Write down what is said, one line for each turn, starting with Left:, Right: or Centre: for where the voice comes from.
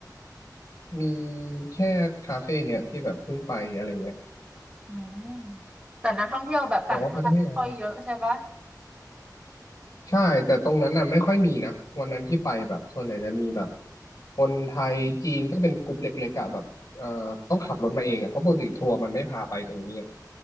Left: มีแค่คาเฟ่เนี่ยที่แบบเพิ่งไปอะไรเงี้ย
Right: อืมแต่นักท่องเที่ยวแบบต่างชาติไม่ค่อยเยอะใช่ปะ
Left: แต่ว่าพัทยา ใช่แต่ตรงนั้นน่ะไม่ค่อยมีนะวันนั้นที่ไปแบบส่วนใหญ่จะมีแบบคนไทยจีนก็เป็นกลุ่มเล็กๆอะแบบเอ่อต้องขับรถมาเองอะเพราะปกติทัวร์มันไม่พาไปตรงนี้ไง